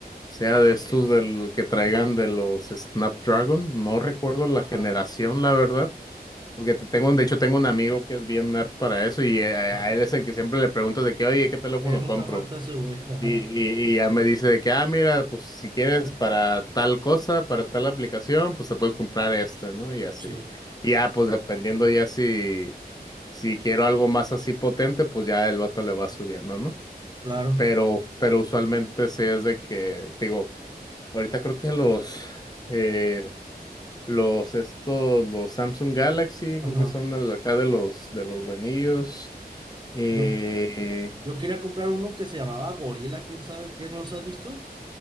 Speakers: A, on the left; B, on the right.
A: sea de estos del que traigan de los Snapdragon. No recuerdo la
B: ajá,
A: generación, la verdad. Porque te- tengo, un- de hecho, tengo un amigo que es bien nerd para eso y eh, a
B: ajá.
A: él es el que siempre le pregunto de que, oye, ¿qué teléfono
B: Eh, nunca
A: compro?
B: falta ese güey. <laughs>
A: Y, y- y ya me dice de que, ah, mira, pues si quieres para tal cosa, para tal aplicación, pues te puedes comprar este, ¿no? Y así.
B: Sí,
A: Y ya, pues dependiendo ya si, si quiero algo más así potente, pues ya el vato le va subiendo, ¿no?
B: claro.
A: Pero, pero usualmente sí es de que, te digo, ahorita creo que los, eh, los estos, los Samsung Galaxy,
B: Ajá.
A: creo que son el- acá de los, de los buenillos. Eh,
B: Yo, yo quería comprar uno que se llamaba Gorila, quién sabe qué, ¿no los has visto?